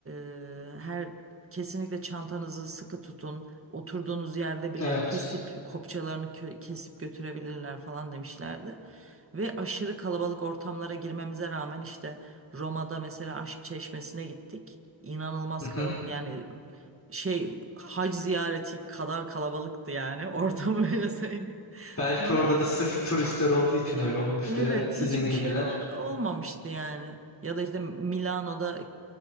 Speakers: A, on the right; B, on the left.
A: e, her kesinlikle çantanızı sıkı tutun. Oturduğunuz yerde bile
B: Evet.
A: kesip kopçalarını kö- kesip götürebilirler falan demişlerdi. Ve aşırı kalabalık ortamlara girmemize rağmen işte Roma'da mesela Aşk Çeşmesi'ne gittik. İnanılmaz
B: Hı
A: kalabalık
B: hı.
A: yani şey hac ziyareti kadar kalabalıktı yani orada <laughs> böyle söyleyeyim
B: Belki
A: sana.
B: orada da sırf turistler olduğu için öyle olmuştur
A: Evet
B: ya. Sizin
A: hiçbir
B: gibiler.
A: şey ol- olmamıştı yani. Ya da işte Milano'da e,